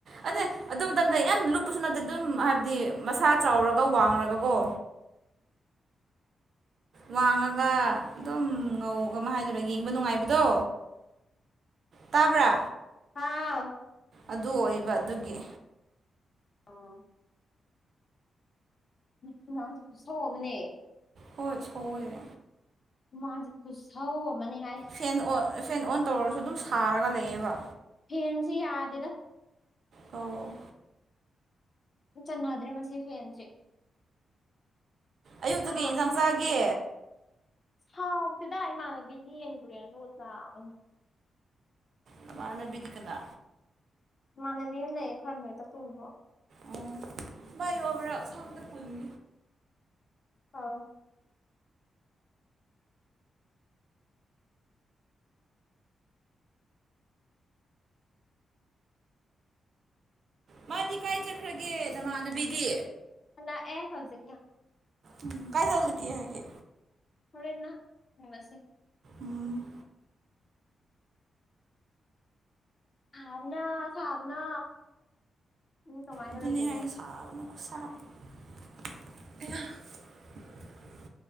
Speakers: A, on the right (about 55°); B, on the left (about 35°).
A: ꯑꯗ
B: ꯏꯁ
A: ꯑꯗꯨꯝ ꯇꯗ ꯌꯥꯝ ꯂꯨꯞꯄꯁꯨ ꯅꯠꯇꯦ ꯑꯗꯨꯝ ꯍꯥꯏꯕꯗꯤ ꯃꯁꯥ ꯆꯥꯎꯔꯒ ꯋꯥꯡꯔꯒꯀꯣ ꯋꯥꯡꯉꯒ ꯑꯗꯨꯝ ꯉꯧ ꯑꯃ ꯍꯥꯏꯗꯔꯥ ꯌꯦꯡꯕ ꯅꯨꯡꯉꯥꯏꯕꯗꯣ ꯇꯥꯕ꯭ꯔꯥ
B: ꯍꯥꯎ
A: ꯑꯗꯨ ꯑꯣꯏꯕ ꯑꯗꯨꯒꯤ
B: ꯑꯥ ꯍꯃꯥꯡꯁꯦ ꯈꯨꯠꯁꯧꯑꯕꯅꯦ
A: ꯍꯣꯏ ꯁꯣꯛꯋꯦꯦ
B: ꯃꯥ ꯈꯨ ꯁꯥꯥꯎ ꯃꯅꯤ
A: ꯐꯦꯟ ꯑꯣ ꯐꯦꯟ ꯑꯣꯟ ꯇꯧꯔꯁꯨ ꯑꯗꯨꯝ ꯁꯥꯔꯒ ꯂꯩꯌꯦꯕ
B: ꯐꯦꯟꯁꯤ ꯌꯥꯗꯗ
A: ꯑꯣ
B: ꯆꯅꯗ꯭ꯔꯦ ꯃꯁꯤ ꯐꯦꯟꯁꯦ
A: ꯑꯌꯨꯛꯇ
B: ꯁꯥ
A: ꯀꯩ ꯌꯦꯟꯁꯥꯡ ꯆꯥꯒꯦ
B: ꯃꯥꯎ ꯁꯤꯗ ꯏꯃꯥꯟꯅꯕꯤꯒꯤ ꯌꯦꯡꯗꯨꯔꯦ ꯑꯗꯣ ꯆꯥꯕꯅꯤ
A: ꯅꯃꯅꯝꯕꯤꯗꯤꯀꯅ
B: ꯃꯅ ꯃꯤꯝ ꯅ ꯑꯦꯈꯔꯅ ꯇ ꯄꯨꯕꯣ
A: ꯑꯣ ꯃꯥꯏꯌꯕ꯭ꯔꯥ ꯁꯥꯡꯗ ꯄꯨꯅꯤ
B: ꯑꯥ
A: ꯃꯥꯗꯤ ꯀꯥꯏ ꯆꯠꯈ꯭ꯔꯒꯦ ꯅꯃꯥꯟꯅꯕꯤꯗꯤ
B: ꯍꯜ ꯂꯥꯛꯑ ꯍꯧꯖꯤꯛꯅ
A: ꯎꯝ ꯀꯥꯏ ꯆꯠꯂ ꯀ ꯍꯥꯏꯒ
B: ꯍꯣꯔꯦꯟꯅ ꯐꯅꯁꯤ
A: ꯎꯝ
B: ꯁꯥꯕꯅ ꯁꯥꯕꯅ ꯅ ꯀꯃꯥꯏꯅ
A: ꯑꯗꯨꯅꯦ
B: ꯂꯩꯗꯣꯏꯅꯣ
A: ꯍꯥꯏ <unintelligible>